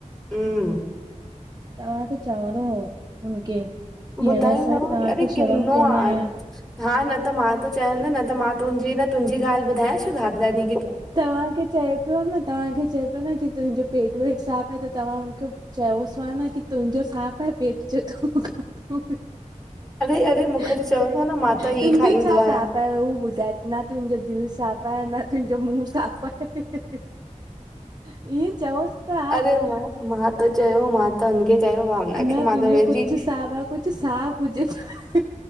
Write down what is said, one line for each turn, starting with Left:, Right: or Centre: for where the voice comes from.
Centre: हम्म
Right: तव्हांखे चवणो हो हुनखे, कि
Centre: ॿुधाईंदव
Right: अ न स तव्हांखे
Centre: अरे किनो
Right: शर्म कोन
Centre: आहे
Right: आ हयां
Centre: हा न त मां त चवां नि न त मां तुंहिंजी, न तुंहिंजी ॻाल्हि ॿुधायांस। हाद लाइनी <inaudible>
Right: तव्हांखे चए पियो न तव्हांखे चए पियो न की, तुंहिंजो पेटु-वेटु साफ़ आहे त तव्हां हुनखे चयोसवा ना की तुंहिंजो साफ़ आहें। पेटु जो त खो ह
Centre: अरे अरे मूंखे
Right: <unintelligible>
Centre: त चवंदो न मां त
Right: तुंहिंजो
Centre: ई खाईंदो
Right: छा
Centre: आहियां
Right: साफ़ आये हु ॿुधाए न? तुंहिंजो दिलि साफ़ पर् न तुंहिंजो मुूह साफ़ आए। ई चवोस्ता
Centre: अरे मां मां त चयो, मां त हुनखे चयो भावना
Right: न
Centre: खे मातवर
Right: तुंहिंजो
Centre: <unintelligible>
Right: कुझु
Centre: जी
Right: साफ़ आहे कुझु साफ़ हुजे छा? ह